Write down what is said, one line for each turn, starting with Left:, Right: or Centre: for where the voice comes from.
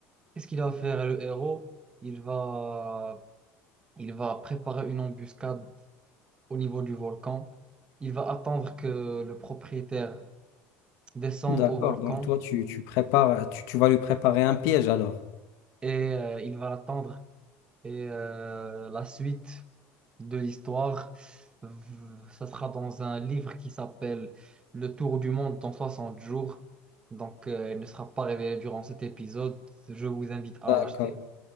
Right: Qu'est-ce qu'il va faire le héros? Il va, il va préparer une embuscade au niveau du volcan. Il va attendre que le propriétaire descende
Left: D'accord.
Right: au volcan
Left: Donc toi, tu, tu prépares, tu, tu vas lui préparer un piège alors.
Right: et euh, il va l'attendre. Et euh, la suite de l'histoire, v- ça sera dans un livre qui s'appelle Le Tour du monde dans 60 jours. Donc, euh, il ne sera pas révélé durant cet épisode. Je vous invite à
Left: D'accord.
Right: l'acheter.